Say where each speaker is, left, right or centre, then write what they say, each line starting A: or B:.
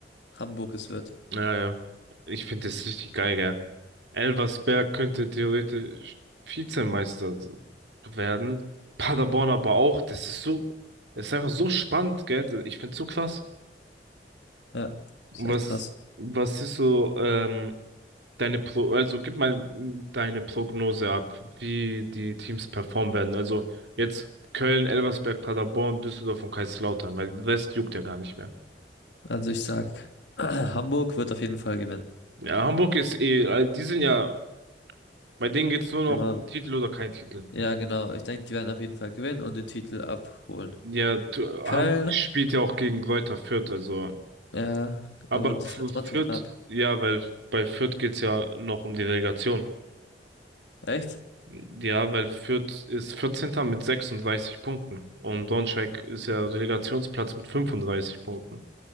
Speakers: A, on the left; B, on the right.
A: Hamburg es wird.
B: ja, ja. Ich finde das richtig geil, gell? Elversberg könnte theoretisch Vizemeister so werden. Paderborn aber auch. Das ist so, das ist einfach so spannend, gell? Ich finde es so krass.
A: Ja, ist
B: Und Was,
A: echt krass.
B: was ist so, ähm, Deine Pro, also gib mal mm, deine Prognose ab, wie die Teams performen werden. Also jetzt Köln, Elversberg, Paderborn, Düsseldorf und Kaiserslautern, weil West juckt ja gar nicht mehr.
A: Also ich sag, <clears throat> Hamburg wird auf jeden Fall gewinnen.
B: Ja, Hamburg ist eh, äh, die sind ja, bei denen geht's nur noch
A: Aber
B: Titel oder kein Titel.
A: Ja, genau. Ich denke, die werden auf jeden Fall gewinnen und den Titel abholen.
B: Ja, du,
A: Köln,
B: Hamburg spielt ja auch gegen Greuther Fürth, also,
A: ja,
B: aber
A: aber das
B: F-
A: wird trotzdem
B: Fürth,
A: knapp.
B: ja, weil bei Fürth geht's ja noch um die Relegation.
A: Echt?
B: Ja, weil Fürth ist 14. mit 36 Punkten und Braunschweig ist ja Relegationsplatz mit 35 Punkten.